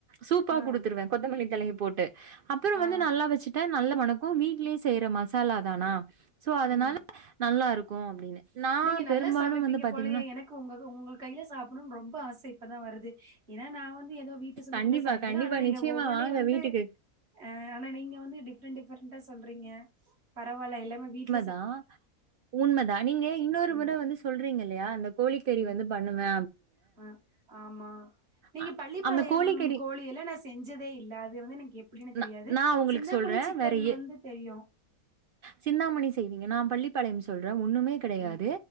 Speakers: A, on the right; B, on the right.
A: சூப்பா
B: ஆ,
A: குடுத்துருவே கொத்தமல்லி தழைய போட்டு அப்புற
B: ஆ,
A: வந்து நல்லா வெச்சுட்டா நல்ல மணக்கு வீட்லே செய்ற மசாலா தானா சோ அதனால
B: ம்.
A: நல்லாருக்கும் அப்படின்னு. நான்
B: நீங்க நல்லா
A: பெரும்பாலும்
B: சமைப்பீங்க
A: வந்து பாத்தீங்கன்னா
B: போலயே எனக்கு உங்க உங்கள் கையில சாப்புடணும்னு ரொம்ப ஆசை இப்பதா வருது ஏனா நா வந்து எதோ வீட்ல சொல்லி
A: கண்டிப்பா,
B: கொடுத்த சமைக்கிறே
A: கண்டிப்பா.
B: ஆனா நீங்க
A: நிச்சயமா
B: ஒவ்வொன்னையு
A: வாங்க
B: வந்து
A: வீட்டுக்கு.
B: ஆ ஆனா நீங்க வந்து டிஃபரெண்ட் டிஃபரெண்டா சொல்றீங்க பரவால்ல எல்லாமே வீட்
A: தா உண்மதா நீங்க இன்னொரு
B: ம்,
A: முறை வந்து சொல்றீங்கல்லையா அந்த கோழிக்கறி
B: ம்.
A: வந்து பண்ணுவே
B: அ ஆமா நீங்க
A: அ
B: பள்ளிப்பாளையம்
A: அந்த கோழிக்கறி
B: கோழில்ல நா செஞ்சதே இல்ல அது வந்து எனக் எப்டின்னு தெரியாது
A: நா நான் உங்களுக்கு
B: சிந்தாமணி
A: சொல்றேன்.
B: சிக்கன்
A: வேற எ
B: வந்து தெரியு
A: சிந்தாமணி செய்வீங்க நா பள்ளிப்பாளையம் சொல் றே ஒண்ணுமே கெடையாது
B: அ,